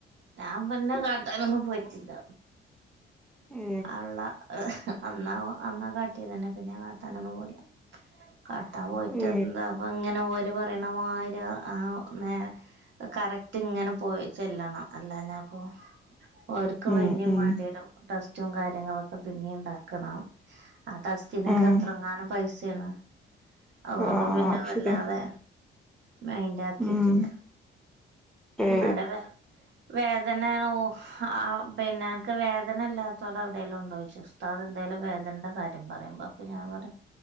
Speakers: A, on the right; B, in the centre.
A: ഞാൻ പിന്നെ കാട്ടാനൊന്നും പോയിട്ടില്ല
B: ഏ
A: അള്ളാ അന്നാവൊ അന്നാ കാട്ടിയതെന്നെ പിന്നെ കാട്ടാനൊന്നും പോയ്ലാ കാട്ടാൻ പോയിട്ട്
B: ഏ
A: എന്താ വൊങ്ങനെ ഓര് പറയണമാര് ആ നേ കറക് റ്റ് ങ്ങനെ പോയി ചെല്ലണം അല്ലാഞ്ഞപ്പോ ഓര്ക്ക്
B: ഉം
A: പിന്നേം
B: ഉം
A: മാണ്ട്യരും ടെസ്റ്റും കാര്യങ്ങളൊക്കെ പിന്നേം ഇണ്ടാക്കണം ആ ടെസ്റ്റിനൊക്കെ
B: ഉം
A: എത്രങ്ങാനും പൈസ്യാണ് അതുകൊണ്ട്
B: ആ
A: പിന്നെ വല്ലാതെ
B: ശരി
A: മൈൻഡ് ആക്കീട്ടില്ല
B: ഉം ഏ
A: ന്നലെ വെ വേദനാ ഓ ആഹ് പിന്നെ അന്ക്ക് വേദന ഇല്ലാത്തോടം എവ്ടെലും ഉണ്ടോയ്ച്ചു ഉസ്താദ് ന്തേലും വേദനെന്റെ കാര്യം പറയുമ്പോ പം ഞാവടെ